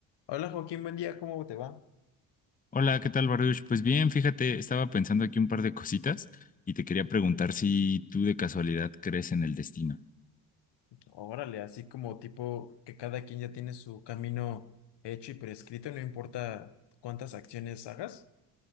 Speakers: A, on the left; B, on the left.
A: Hola Joaquín, buen día, ¿cómo te va?
B: Hola, ¿qué tal, Baruch? Pues bien, fíjate, estaba pensando aquí un par de cositas y te quería preguntar si tú de casualidad crees en el destino.
A: Órale, así como tipo que cada quien ya tiene su camino hecho y prescrito, no importa cuántas acciones hagas.